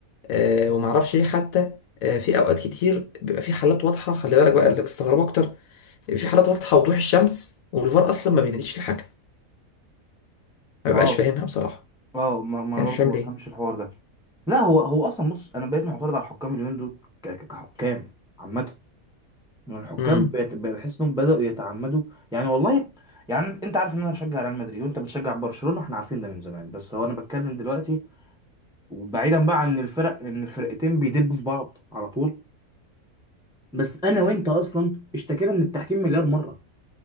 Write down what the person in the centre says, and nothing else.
اه
اه ما, ما انا
برضه
ما
بفهمش الحوار ده لا هو هو اصلا بص انا بقيت معترض على الحكام اليومين دول ك- ك- كحكام عامة يعني الحكام
بقت- بقى بحس انهم بدأوا يتعمدوا يعني والله يعني انت عارف ان انا بشجع ريال مدريد وانت بتشجع برشلونة احنا عارفين ده من زمان بس هو انا بتكلم دلوقتي وبعيدا بقى عن الفرق ان الفرقتين بيدبوا في بعض على طول بس انا وانت اصلا اشتكينا من التحكيم مليار مره